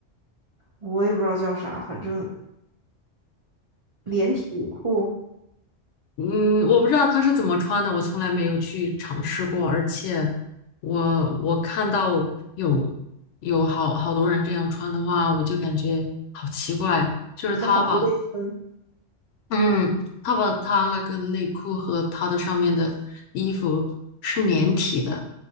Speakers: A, on the right; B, on the left.
A: 我也不知道叫啥，反正连体内裤
B: 嗯，我不知道他是怎么穿的，我从来没有去尝试过，而且我我看到有有好好多人这样穿的话，我就感觉好奇怪，就是他把
A: 觉得好不卫生，
B: 嗯，他把他那个内裤和他的上面的衣服是连体的，